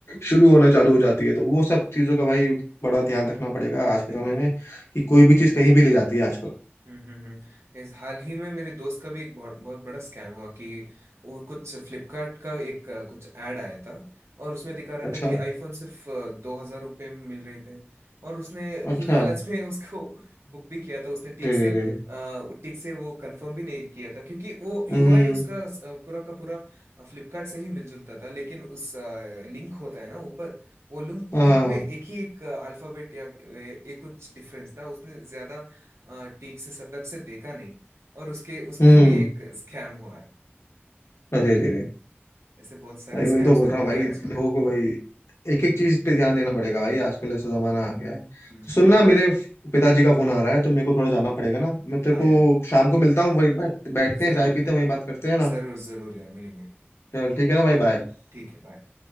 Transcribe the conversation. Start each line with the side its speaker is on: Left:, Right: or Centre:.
Left: शुरू होना चालू हो जाती है तो वो सब
Right: हम्म।
Left: चीजों का भाई बड़ा ध्यान रखना पड़ेगा आज के
Right: बिल्कुल
Left: समय में कि कोई भी चीज कहीं भी ले जाती है आजकल
Right: हम्म हम्म हम्म। इस हाल ही में मेरे दोस्त का भी एक बहुत बहुत बड़ा स्कैम हुआ कि वो कुछ फ्लिपकार्ट का एक अ, कुछ ऐड आया था और उसमें दिखा रहा
Left: अच्छा
Right: था कि आईफोन सिर्फ दो हजार रुपये में मिल रहे थे और उसने <laughs>
Left: अच्छा
Right: लालच में उसको बुक भी किया था उसने ठीक
Left: रे
Right: से
Left: रे रे
Right: अ, वो ठीक से वो कंफर्म भी नहीं किया था क्योंकि वो यूआई
Left: हम्म
Right: उसका अ, पूरा का पूरा फ्लिपकार्ट से ही मिलजुलता था लेकिन उस लिंक होता है ना ऊपर वो लिंक लिंक
Left: हाँ
Right: में एक ही एक अल्फाबेट या अ, एक कुछ डिफरेंस था उसने ज्यादा आ, ठीक से सतर्क से देखा नहीं और उसके उसका
Left: हम्म
Right: भी एक स्कैम हुआ है
Left: अरे रे रे
Right: ऐसे बहुत सारे
Left: भाई
Right: स्कैम्स
Left: वही तो बोल
Right: तो
Left: रहा
Right: हो
Left: हूँ भाई
Right: रहे हैं आजकल
Left: लोगों को भाई एक
Right: हम्म
Left: एक चीज पे ध्यान देना पड़ेगा भाई आजकल ऐसा जमाना आ गया है तो
Right: हम्म
Left: सुनना
Right: हम्म,
Left: मेरे पिताजी का फोन आ रहा है तो मेरे को थोड़ा जाना पड़ेगा ना मैं तेरे
Right: हाँ
Left: को
Right: यार
Left: शाम को मिलता हूँ वही बैठ बैठते
Right: जरूर
Left: हैं चाय पीते हैं वही बात करते हैं ना
Right: जरूर जरूर यार मिलेंगे
Left: चल ठीक है ना भाई बाय
Right: ठीक है बाय